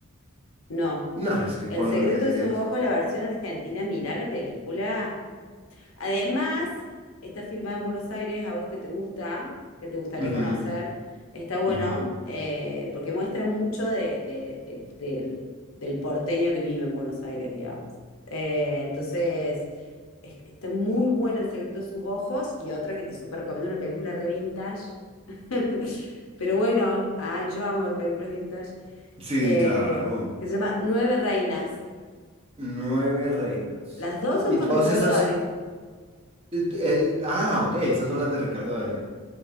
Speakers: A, on the left (about 70°); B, on the right (about 30°).
A: no.
B: Nah, es que
A: El
B: cuando
A: secreto
B: es...
A: de sus ojos, la versión argentina, mirá la película. Además, está filmada en Buenos Aires, a vos que te gusta, que te gustaría
B: Ujú,
A: conocer, está bueno
B: ujú.
A: eh, porque muestra mucho de, de- de- del, del porteño que vive en Buenos Aires, digamos. Eh, entonces, es- está muy buena El secreto de sus ojos y otra que te súper recomiendo, una película re vintage. <laughs> Pero bueno, ay, yo amo ver películas vintage,
B: Sí,
A: eh,
B: claro.
A: que se llama Nueve Reinas.
B: Nueve reinas.
A: Las dos son
B: Y
A: con
B: todas
A: Ricardo
B: estas...
A: Darín.
B: eh, eh, ah, ok. Estas son las de Ricardo Darín.